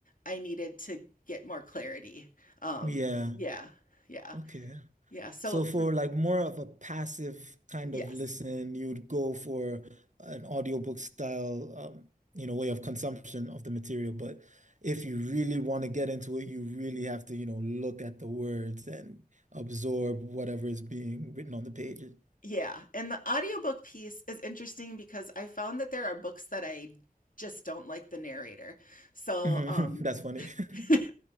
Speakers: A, on the left (about 60°); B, on the right (about 50°).
A: I needed to get more clarity. Um
B: Yeah.
A: yeah. Yeah.
B: Okay.
A: Yeah. So
B: So
A: for
B: for like more of a passive kind
A: yes.
B: of listen, you'd go for an audiobook style, um, you know, way of consumption of the material. But if you really want to get into it, you really have to, you know, look at the words and absorb whatever is being written on the pages.
A: Yeah. And the audiobook piece is interesting because I found that there are books that I just don't like the narrator. So
B: Mhm.
A: um
B: <laughs> That's funny.
A: <laughs>
B: <laughs>